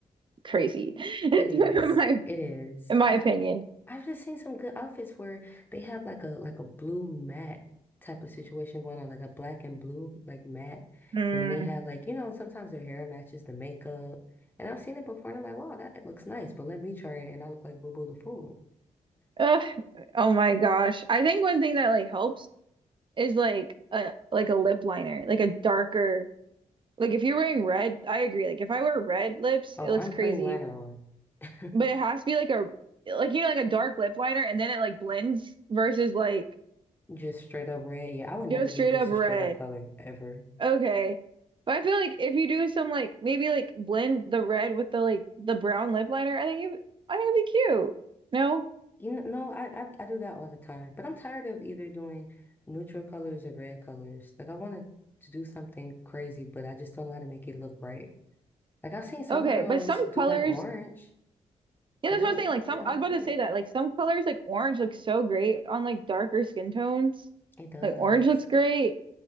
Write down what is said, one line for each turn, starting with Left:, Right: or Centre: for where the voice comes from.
Right: crazy <laughs> in
Left: It is.
Right: my
Left: It is.
Right: in my
Left: I
Right: opinion.
Left: I've just seen some good outfits where they have like a like a blue matte type of situation going on, like a black and blue like matte,
Right: Mm.
Left: and then they have like you know sometimes their hair matches the makeup, and I've seen it before, and I'm like, wow, that it looks nice, but let me try it, and I look like Boo Boo the fool. <laughs>
Right: Ugh. Oh my gosh. I think one thing that like helps is like a like a lip liner, like a darker like if you're wearing red, I agree. Like if I wear red lips,
Left: Oh,
Right: it looks
Left: I'm
Right: crazy.
Left: putting liner on, <laughs>
Right: But it has to be like a like you know like a dark lip liner and then it like blends versus like
Left: just straight up red. Yeah, I would never
Right: go straight
Left: do just
Right: up red.
Left: a straight up color ever.
Right: Okay. But I feel like if you do some like maybe like blend the red with the like the brown lip liner, I think you I think it'd be cute. No?
Left: You know, no, I, I I do that all the time, but I'm tired of either doing neutral colors or red colors. Like I wanted to do something crazy, but I just don't know how to make it look right. Like I've seen some
Right: Okay.
Left: girls
Right: But some
Left: do
Right: colors
Left: like orange,
Right: yeah,
Left: but
Right: that's
Left: that
Right: what
Left: look
Right: I'm saying. Like
Left: it
Right: some
Left: don't
Right: I was about
Left: fit.
Right: to say that. Like some colors like orange looks so great on like darker skin tones.
Left: It does.
Right: Like orange looks great.